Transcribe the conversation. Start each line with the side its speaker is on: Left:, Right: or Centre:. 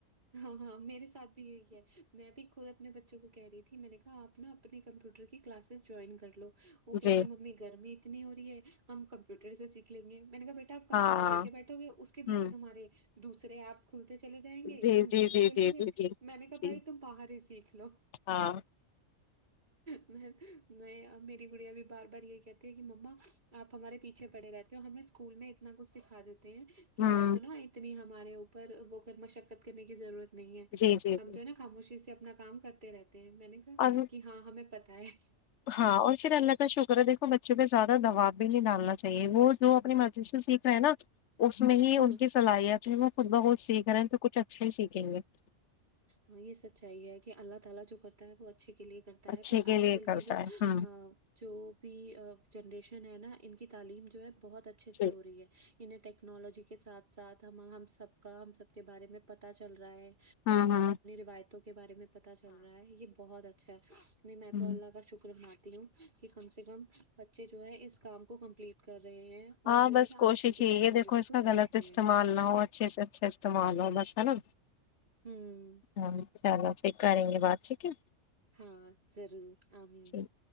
Right: ہاں ہاں میرے ساتھ بھی یہی ہے میں بھی خود اپنے بچوں کو کہہ رہی تھی میں نے کہاپ نا اپنے کمپیوٹر کی کلاسز جوائن کر لو <unintelligible> وہ کہتے
Left: جی
Right: ہیں ممی گرمی نہیں ہو رہی ہے ہم کمپیوٹر سے سیکھ لیں گے <unintelligible> میں نے کہا بیٹاپ کمپیور
Left: ہاں
Right: لے کے بیٹھ گے اس پیچے
Left: ہوں
Right: تمہارے <unintelligible> دوسر ایپ کھلتے <unintelligible> چلے جائیں گے
Left: جی
Right: <unintelligible>
Left: جی
Right: گیم
Left: جی
Right: کھیلو
Left: جی
Right: گے
Left: جی جی
Right: میں نے کہا
Left: جی
Right: بھائی تم باہر ہی سیکھ لو <unintelligible>
Left: ہاں
Right: میں میری گڑیاں بھی بار بار یہ کہتی ہے کہ مما آپ ہمارے پیچھے پڑے رہتے ہو ہمیں اسکول میں اتنا کچھ سکھا دیتی ہیں کہ
Left: ہوں
Right: آپ کو نا اتنی <unintelligible> ہمارے اوپر وہ مشقت کرنے کی ضرورت <unintelligible> نہیں ہے
Left: جی جی
Right: ہم
Left: جی
Right: جو ہے نا خاموشی سے <unintelligible> اپنا کام کرتے رہتے <unintelligible> میں نے کہ
Left: اور
Right: <unintelligible> ہمیں پتا ہے <unintelligible>
Left: ہاں اور پھر اللہ کا شکر ہے دیکو بچوں پہ زیادہ دباؤ بھی نہیں ڈالنا چاہیے وہ جو اپنی مرضی سے سیکھ رہا ہے نا اس میں ہی
Right: ہاں
Left: ان کی صلاحیت ہے وہ خود بہت سیکھ رہے ہیں تو کچھ اچھا ہی سیکھیں گے <unintelligible>
Right: ہاں یہ سچائی ہے کہ اللہ تعالی جو کرتا ہے وہ اچھا اچھے کے لیے کرتا
Left: اچھے
Right: ہے پر
Left: کے
Right: آج
Left: لیے
Right: کل
Left: کرتا
Right: کی جو
Left: ہے ہاں
Right: جو بھی جنریشن ہے نا ان کی تعلیم جو ہے بہت اچھے سے
Left: ٹھیک،
Right: ہو رہی ہے انہیں ٹیکنالوجی کے ساتھ ساتھ ہم ہم سب کا ہم سب کے بارے میں پتتا چل رہا ہے
Left: ہاں ہاں
Right: وایتوں کے بارے میں پتا چل رہا ہے یہ بہت اچھا اچھا میں
Left: ہ
Right: تو اللہ کا شکرم ہوں کہ کم سے کم بچے جو ہے اس کام کو کمپلیٹ کر رہے ہیں اور
Left: ہاں
Right: جو
Left: بس
Right: ہے نا
Left: کوشش
Right: آج کل کی
Left: ہی
Right: ٹیکنالوجی
Left: یہ دیکھو اس
Right: کو
Left: کا
Right: سیکھ
Left: غلط
Right: رہے
Left: استعمال
Right: ہیں۔
Left: نہ ہو اچھے سے اچھے استعمال ہو بس ہے نا
Right: ہوں،
Left: ہشاء اللہ پھر کریں گے بات ٹھیک ہے
Right: ہاں، ضرور، آمین،
Left: ٹھیک